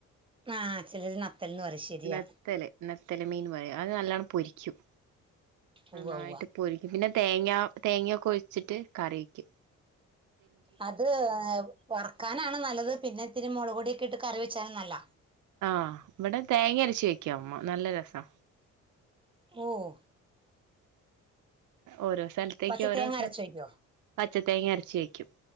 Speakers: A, on the right (about 15°); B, on the right (about 80°).
A: ആഹ് ചിലര് നത്തൽന്ന് പറയും ശരിയാ
B: നത്തല് നത്തല് മീൻ പറയും അത് നല്ലണം പൊരിക്കും. നന്നായിട്ട്
A: ഉവ്വ ഉവ്വ
B: പൊരിക്കും പിന്നെ തേങ്ങ തേങ്ങൊക്കെ ഒഴിച്ചിട്ട് കറിവെക്കും
A: അത് വറുക്കാനാണ് നല്ലത്, പിന്നെ ഇത്തിരി മുളക് പൊടിയൊക്കെ ഇട്ട് കറി വെച്ചാലും നല്ല
B: ആഹ്, ഇവിടെ തേങ്ങ അരച്ചു വെക്കും അമ്മ നല്ല രസാ
A: ഓഹ്
B: ഓരോ സ്ഥലത്തേക്ക്
A: പച്ച
B: ഓരോ
A: തേങ്ങ
B: <unintelligible>
A: അരച്ച് ഒഴിക്കോ
B: പച്ച തേങ്ങ അരച്ചി വെക്കും